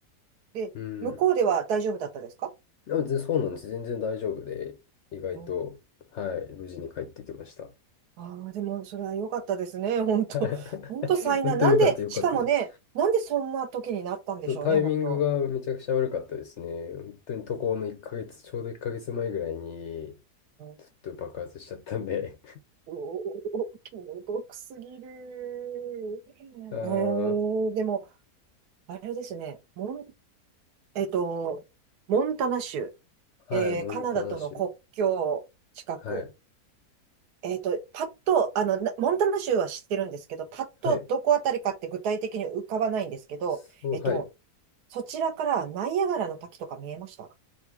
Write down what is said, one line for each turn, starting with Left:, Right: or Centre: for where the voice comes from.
Right: で、
Left: うん。
Right: 向こうでは大丈夫だったですか
Left: あ、全然そうなんです。全然大丈夫で、意外と、
Right: うん
Left: はい、無事に帰ってきました。
Right: ああでも、それは良かったですね。本当
Left: <laughs>
Right: <laughs> 本当災難。
Left: 本当よかったよかったです。
Right: なんで、しかもね、なんでそんな時になったんでしょうね、
Left: そうタイミングがめちゃくちゃ悪かったですね。
Right: 本当。
Left: 本当に渡航の1ヶ月、ちょうど1ヶ月前ぐらいに、
Right: うん、
Left: ちょっと爆発しちゃったんで。
Right: おー気の毒すぎる。えー、
Left: <laughs> あー
Right: でも、あれですね、モン、えっと、モンタナ州、
Left: はい、
Right: えーカナダとの国境近く
Left: モンタナ州。はい、
Right: えっと、パッと、あの、なモンタナ州は知ってるんですけど、パッとどこあたりかって具体的に浮かばないんですけど、
Left: はい。そう、
Right: えっと、
Left: はい。
Right: そちらからナイアガラの滝とか見えました